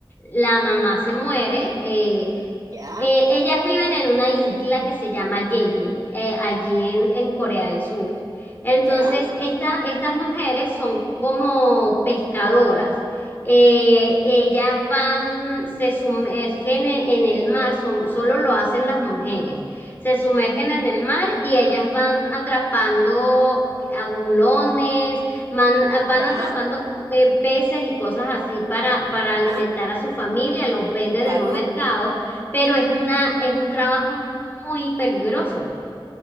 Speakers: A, on the left; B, on the right.
A: la mamá se muere, eh,
B: ya,
A: eh, ellas viven en una isla que se llama Jeju, eh, allí en, en Corea del Sur. Entonces,
B: ya,
A: esta- estas mujeres son como pescadoras. Eh, ellas van, se sumergen en, en el mar, son- solo lo hacen las mujeres. Se sumergen en el mar y ellas van atrapando abulones, van, van
B: ya,
A: atrapando eh, peces y cosas así para, para
B: ya.
A: alimentar a su familia, los venden
B: Claro,
A: en un mercado pero es una, es un trabajo muy peligroso.